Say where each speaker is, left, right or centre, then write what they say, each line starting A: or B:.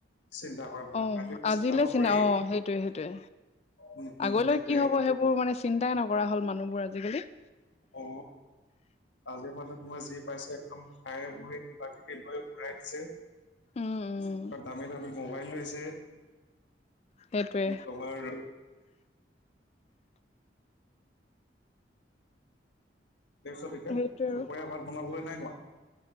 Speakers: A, on the left (about 80°); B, on the left (about 35°).
A: চিন্তা কৰে মানে
B: অহ
A: কাইলৈতো
B: আজিলৈ
A: চিন্তা নকৰেই
B: চিনা অ সেইটোয়ে সেইটোয়ে
A: উম উম
B: আগলৈ
A: সেইটোৱে
B: কি হব সেইবোৰ মানে চিন্তাই নকৰা হল মানুহবোৰ আজিকালি
A: অ আজিয়ে মানে তোমাৰ যি পাইছে একদম খাই বৈ কিবা কিবি লৈ উৰাই দিছে
B: উম উম
A: <unintelligible> দামী দামী মোবাইল লৈছে
B: সেইটোৱে
A: কি কবা আৰু তাৰপিছত এতিয়া
B: সেইটোৱে আৰু
A: দুপৰীয়া ভাত বনাবলৈ নাই হোৱা